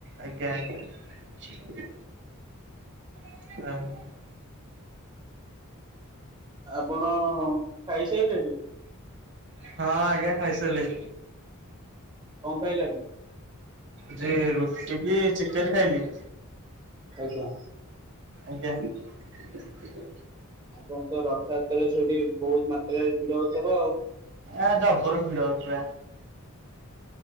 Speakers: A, on the right; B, on the right.
A: ଆଜ୍ଞା ଆଜ୍ଞା। <unintelligible>
B: ଆପଣ ଖାଇସାଇଲେଣି?
A: ହଁ ଆଜ୍ଞା ଖାଇସାରିଲି।
B: କଣ ଖାଇଲେ ଆପଣ?
A: ଆଜି ରୁଟି କି ଚିକେନ ଖାଇଲି।
B: ଆଜ୍ଞା।
A: ଆଜ୍ଞା। <unintelligible>
B: ଆପଣ ତ ରଥଯାତ୍ରା ରେ ସେଇଠି ବହୁତ ମାତ୍ରାରେ ଭିଡ ହଉଥିବ ଆଉ।
A: ଆ ଜବର ଭିଡ ହଉଥିଲା।